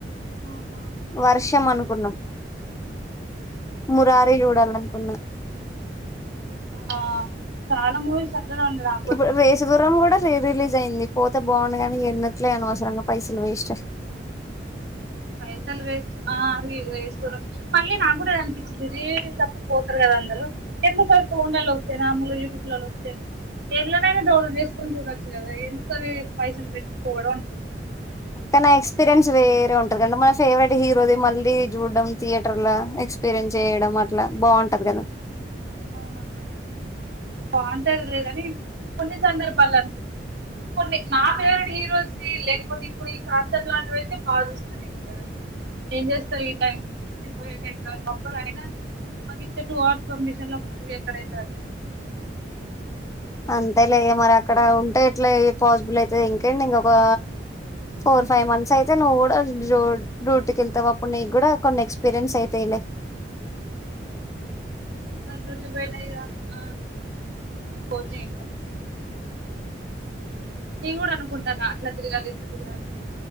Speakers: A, on the right; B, on the left.
A: ఆహా.
B: వర్షం అను కున్నం మురారి చూడలనుకున్న
A: ఆ చాలా మూవీస్ అట్లనే వుండే రా
B: ఇప్పుడు రేసుగుర్రం కూడా రీ రిలీజ్ అయింది పోతే బాగుండగానీ ఎందుకులే అనవసరంగా పైసలు వేస్ట్
A: పైసలు వేస్ట్ ఆ అది రేసుగుర్రం మళ్ళీ నాకు కూడా అనిపించిద్ది రీ రిలీజ్ అప్పుడు పోతారు కదా అందరూ ఎందుకు ఫోన్లలో వస్తేన మళ్ళీ యూట్యూబ్ లలు వస్తే ఎందులోనైనా డౌన్లోడ్ చేసుకొని చూడొచ్చు కదా ఎందుకు అది పైసలు పెట్టి ఫోర్ వన్ కి
B: కానీ ఎక్స్పీరియన్స్ వేరే ఉంటది <unintelligible> ఫేవరెట్ హీరోది మళ్ళీ చూడడం థియేటర్ల ఎక్స్పీరియన్స్ చేయడం అట్లా బావుంటది కదా
A: అవునక్క బాగుంటది లేదని కొన్ని సందర్భ వాళ్ళ కొన్ని నా ఫేవరెట్ హీరోస్ లేకపోతే ఇప్పుడు కాంచన్ లాడ్ తే బా చూస్తాది ఇంగా ఏం చేస్తాది టైమ్ మీరు పోయే టైమ్ ఇంగ మబ్బుగా అయిన మేకిచ్చే టు అవర్స్ కంబీ తెల్లం వికర్ అయితారు
B: అంతే లే మరి అక్కడ ఉంటే ఇట్లా పాసిబుల్ అయితయి ఇంకేటింగ్ అబ్బా ఫోర్ ఫైవ్ మంత్స్ అయితే నువ్వు కూడా డ్యూ డ్యూటీకి వెళ్తావు అప్పుడు నీకు కూడా కొన్ని ఎక్స్పీరియన్స్ అయితాయిలే.
A: <inaudible> నన్ను సుత్తే భయం అయ్యా అ ఓకే <unintelligible> ఇయ్యి కూడా అను కుండానఅట్లా తిరగాలి ఇట్లా తిరగాలి